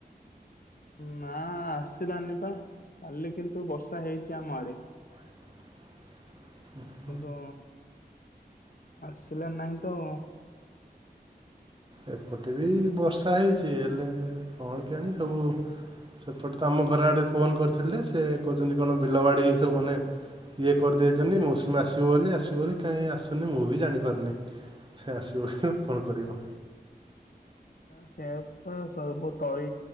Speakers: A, on the left (about 60°); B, on the right (about 30°).
A: ନା ଆସିଲାନି ପା କାଲି କିନ୍ତୁ ବର୍ଷା ହେଇଛି ଆମ ଆଡେ।
B: ହଃ। <unintelligible>
A: କିନ୍ତୁ ଆସିଲା ନାହିଁ ତ।
B: ଏପଟେ ବି ବର୍ଷା ହେଇଛି ହେଲେ କଣ କେଇଆଣି ସବୁ। ସେପଟେ ତ ଆମ ଘର ଆଡ଼େ ଫୋନ୍ କରିଥିଲେ ସେ କହୁଛନ୍ତି କଣ ବିଲବାଡ଼ି ଏ ସବୁ ମାନେ ଇଏ କରିଦେଇଛନ୍ତି ମୈସିମି ଆସିବ ବୋଲି ଆସିବ ବୋଲି କାହିଁ ଆସୁନି ମୁଁ ବି ଜାଣିପାରୁନି। ସେ ଆସିବ ବୋଲି କଣ କରିବ।
A: ସେଇପା ସବୁ ତଳି